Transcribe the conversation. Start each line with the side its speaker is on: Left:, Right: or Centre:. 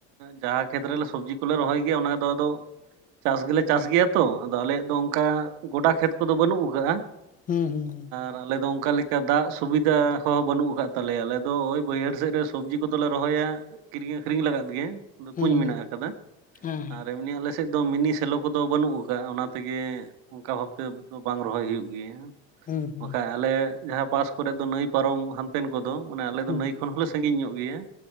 Right: ᱡᱟᱦᱟᱸ ᱠᱷᱮᱛᱨᱮᱞᱮ ᱥᱚᱵᱡᱤ ᱠᱚᱞᱮ ᱨᱚᱦᱚᱭ ᱜᱮᱭᱟ ᱚᱱᱟ ᱫᱚ ᱟᱫᱚ ᱪᱟᱥ ᱜᱮᱞᱮ ᱪᱟᱥ ᱜᱮᱭᱟ ᱛᱚ ᱟᱫᱚ ᱟᱞᱮᱭᱟᱜ ᱫᱚ ᱚᱱᱠᱟ ᱜᱚᱰᱟ ᱠᱷᱮᱛ ᱠᱚᱫᱚ ᱵᱟᱹᱱᱩᱜ ᱟᱠᱟᱜᱼᱟ᱾
Left: ᱦᱩᱸ ᱦᱩᱸ ᱦᱩᱸ,
Right: ᱟᱨ ᱟᱞᱮᱫᱚ ᱚᱱᱠᱟ ᱞᱮᱠᱟ ᱫᱟᱜᱽ ᱥᱩᱵᱤᱫᱟ ᱦᱚᱸ ᱵᱟᱹᱱᱩᱜ ᱟᱠᱟᱫ ᱛᱟᱞᱮᱭᱟ ᱟᱞᱮ ᱫᱚ ᱳᱭ ᱵᱟᱹᱭᱦᱟᱹᱲ ᱥᱮᱡ ᱨᱮ ᱥᱚᱵᱽᱡᱤ ᱠᱚᱫᱚᱞᱮ ᱨᱚᱦᱚᱭᱟ ᱠᱤᱨᱤᱧ ᱟᱠᱷᱨᱤᱧ ᱞᱟᱜᱟᱫ ᱜᱮ᱾ ᱫᱚ
Left: ᱦᱩᱸ
Right: ᱠᱩᱧ
Left: ᱦᱩᱸ ᱦᱩᱸ
Right: ᱢᱮᱱᱟᱜ ᱟᱠᱟᱫᱟ
Left: ᱦᱮᱸ
Right: ᱟᱨ ᱮᱢᱱᱮ ᱟᱞᱮ ᱥᱮᱫ ᱫᱚ ᱢᱤᱱᱤ ᱥᱮᱞᱚ ᱠᱚᱫᱚ ᱵᱟᱹᱱᱩᱜ ᱟᱠᱟᱫ ᱚᱱᱟ ᱛᱮᱜᱮ, ᱚᱱᱠᱟ ᱵᱷᱟᱵᱛᱮ ᱫᱚ ᱵᱟᱝ ᱨᱚᱦᱚᱭ ᱦᱩᱭᱩᱜ ᱜᱮᱭᱟ᱾
Left: ᱦᱮᱸ ᱦᱩᱸ
Right: ᱵᱟᱠᱷᱟᱡ ᱟᱞᱮ ᱡᱟᱦᱟᱸ ᱯᱟᱥ ᱠᱚᱨᱮ ᱫᱚ ᱱᱟᱹᱭ ᱯᱟᱨᱚᱢ ᱦᱟᱱᱛᱮᱱ ᱠᱚᱫᱚ ᱢᱟᱱᱮ ᱟᱞᱮ
Left: ᱦᱩᱸ
Right: ᱫᱚ ᱱᱟᱹᱭ,
Left: ᱦᱩᱸ
Right: ᱠᱷᱚᱱ ᱦᱚᱸᱞᱮ ᱥᱟᱺᱜᱤᱧ ᱧᱚᱜ ᱜᱮᱭᱟ